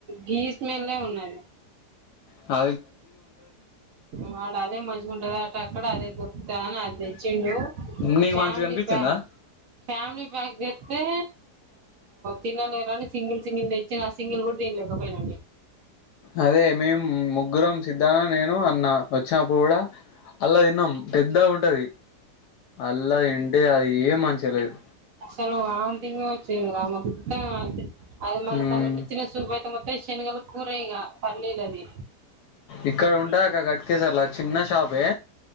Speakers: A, on the right (about 65°); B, on the left (about 75°).
A: గీస్ మీద ఉన్నది
B: అ
A: వాడు అదే మజ్గా ఉంటది అట అక్కడ అదే దొరుకుతా అని అది తెచ్చ ఏ
B: నీకు
A: ఫ్యామలీ
B: మంచిగా అనిపించిందా
A: పా ఫ్యామిలీ ప్యాక్ పెతే తిన్ననిర సింగిల్ సింగిల్ తెచ్చి నా సింగిల్ కూడా తి లేకపోైనా
B: అదే మేము ముగ్గురం సిద్ధాన నేను నే అన్న వచ్చినప్పుడు కూడా అల్లా తిన్నం పెద్ద ఉంటది అల్లా ఏంటే అది ఏం మంచిలేదు
A: సలు వా తింగ్ వచ్చి రామ పా అతే అది మన
B: ఉమ్
A: దానిలోకి ఇచ్చిన సూపు అయితే మొత్తం శనగల కూరయగా పర్లీలుది
B: ఇక్కడ ఉండ ఓకే సార్లా చిన్న షాపే